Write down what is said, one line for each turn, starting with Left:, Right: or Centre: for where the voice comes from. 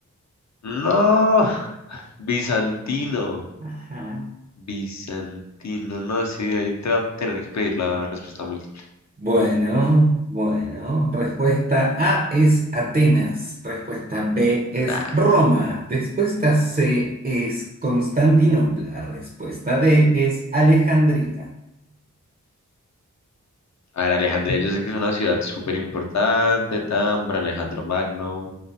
Left: No, <laughs> bizantino,
Right: Ajá.
Left: bizantino, no, sí, ahí te va a tener que pedir la respuesta múltiple.
Right: Bueno, bueno. Respuesta A es Atenas. Respuesta B
Left: Nah.
Right: es Roma. Respuesta C es Constantinopla. Respuesta D es Alejandría.
Left: A ver, Alejandría, yo sé que es una ciudad súper importante, Tambor, Alejandro Magno